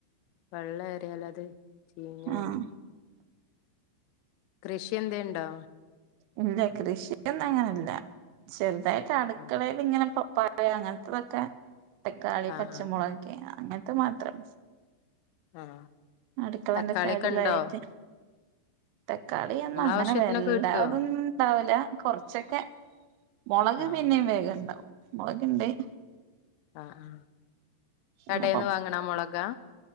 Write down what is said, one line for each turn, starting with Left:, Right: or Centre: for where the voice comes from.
Left: വെള്ളേറിയാൽ അത് ചീഞ്ഞു പോവുണ്ട്.
Right: ആഹ്
Left: കൃഷിന്തേ ണ്ടോ
Right: ഇല്ല കൃഷിയൊന്നും അങ്ങനെല്ല ചെർതായിട്ട് അടുക്കളെ
Left: ആഹ്
Right: ല്ങ്ങനെ പപ്പായ അങ്ങൻത്തതൊക്കെ തക്കാളി
Left: ആഹ്
Right: പച്ചമുളകൊക്കെ
Left: ആഹ്
Right: അങ്ങൻത്തെ മാത്രം
Left: ആഹ്
Right: അടുക്കളന്റെ
Left: തക്കാളിയൊക്കെ
Right: സൈഡിലായിട്ട്
Left: ഇണ്ടോ
Right: തക്കാളി ഒന്നും അങ്ങനെ
Left: ആവശ്യത്തിനൊക്കെ
Right: വല്ലാതൊന്നും
Left: കിട്ടുവോ
Right: ണ്ടാവുല കൊർച്ചൊക്കെ മോളക്
Left: ആഹ്
Right: പിന്നേ വേഗംണ്ടാവും മുളക്ണ്ടയ്
Left: ആഹ് ആഹ്
Right: പിന്നെ
Left: കടേന്ന്
Right: പ
Left: വാങ്ങ്ണ മൊളകാ